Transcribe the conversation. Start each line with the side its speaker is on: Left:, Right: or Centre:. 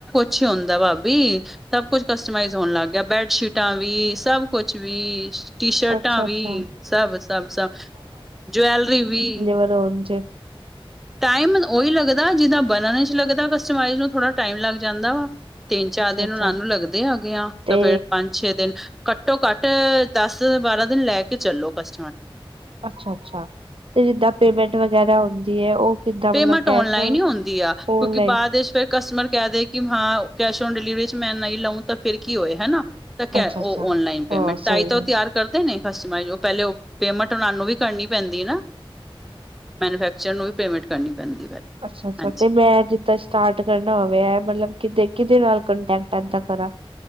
Centre: ਅਛ ਹੁੰਦਾ ਭਾਬੀ, ਸਭ ਕੁਛ ਕਸਟਮਾਈਜ਼ ਹੋਣ ਲੱਗ ਗਿਆ, ਬੈਡਸ਼ੀਟਾਂ ਵੀ ਸਭ ਕੁਛ ਵੀ ਸ਼ ਟੀ ਸ਼ਰਟਾਂ,
Right: ਅੱਛਾ-ਅੱਛਾ
Centre: ਵੀ ਸਭ-ਸਭ-ਸਭ ਜਵੈਲਰੀ ਵੀ।
Right: ਵਰ, ਜ। <unintelligible>
Centre: ਟਾਈਮ ਉਹੀ ਲੱਗਦਾ ਜਿੱਦਾਂ ਬਣਨ ਚ ਲੱਗਦਾ, ਕਸਟਮਾਈਜ਼ ਨੂੰ ਥੋੜਾ ਟਾਈਮ ਲੱਗ ਜਾਂਦਾ ਵਾ। ਤਿੰਨ-ਚਾਰ
Right: ਅੱਛਾ-ਅੱਛਾ
Centre: ਦਿਨ ਉਹਨਾਂ ਨੂੰ ਲੱਗਦੇ ਹੈਗੇ ਆ,
Right: ਤੇ
Centre: ਤਾਂ ਫੇਰ ਪੰਜ-ਛੇ ਦਿਨ ਘੱਟੋ-ਘੱਟ ਦਸ-ਬਾਰਾਂ ਦਿਨ ਲੈ ਕੇ ਚੱਲੋ ਕਸਟਮਰ ਤੋਂ
Right: ਅੱਛਾ-ਅੱਛਾ, ਤੇ ਜਿੱਦਾਂ ਪੇਮੈਂਟ ਵਗੈਰਾ ਹੁੰਦੀ ਹੈ। ਉਹ ਕਿੱਦਾਂ
Centre: ਪੇਮੈਂਟ
Right: ਮਤਲਬ ਕੈਸ਼
Centre: ਔਨਲਾਈਨ ਹੀ ਹੁੰਦੀ ਆ, ਕਿਉਂਕਿ
Right: ਔਨਲਾਈਨ
Centre: ਬਾਅਦ ਦੇ ਵਿੱਚ ਫਿਰ ਕਸਟਮਰ ਕਹਿ ਦੇ ਕਿ ਹਾਂ। ਕੈਸ਼ ਉਨ ਡਿਲੀਵਰੀ ਚ ਮੈਂ ਨਹੀਂ ਲਊਂ ਤਾਂ ਫਿਰ ਕੀ ਹੋਏ ਹੈਨਾ ਤਾਂ ਕਿਆ
Right: ਅੱਛਾ-ਅੱਛਾ
Centre: ਉਹ ਔਨਲਾਈਨ ਪੇਮੈਂਟ
Right: ਹਾਂ ਸਹੀ
Centre: ਤਾਂਈ ਤਾਂ
Right: ਗੱਲ
Centre: ਉਹ ਤਿਆਰ ਕਰਦੇ ਨੇ ਕਟਸਮਾਇਜ ਉਹ ਪਹਿਲੇ ਉਹ ਪੇਮੈਂਟ ਓਨਾਨੂੰ ਵੀ ਕਰਨੀ ਪੈਂਦੀ ਨਾ। ਮੈਂਨੂੰਫਰੈਕ ਚਰ ਨੂੰ ਵੀ ਪੇਮੈਂਟ ਕਰਨੀ
Right: ਅੱਛਾ- ਅੱਛਾ
Centre: ਹਾਂਜੀ
Right: ਤੇ ਮੈਂ ਜਿੱਦਾਂ ਸਟਾਰਟ ਕਰਨਾ ਹੋਵੇ ਮਤਲਬ ਕਿਦੇ- ਕਿਦੇ ਨਾਲ ਕੰਟੈਕਟ ਏਦਾਂ ਕਰਾ।